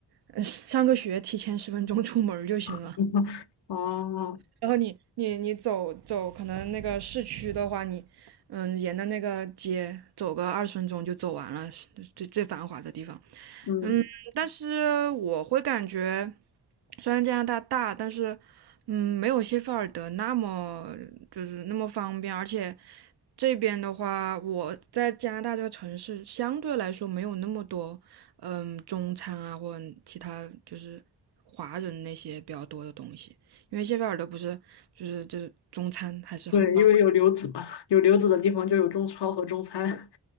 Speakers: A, on the right; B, on the left.
A: 呃上个学提前十分钟出门儿就行了。
B: <laughs> 哦，
A: 然后你你你走走，可能那个市区的话，你嗯沿着那个街走个二十分钟就走完了，是最最繁华的地方。
B: 嗯，
A: 嗯，但是我会感觉，虽然加拿大大，但是嗯没有谢菲尔德那么就是那么方便，而且这边的话，我在加拿大这个城市相对来说没有那么多，嗯，中餐啊或者其他就是华人那些比较多的东西，因为谢菲尔德不是就是这中餐还是很棒。
B: 对，因为有留子嘛，有留子的地方就有中超和中餐。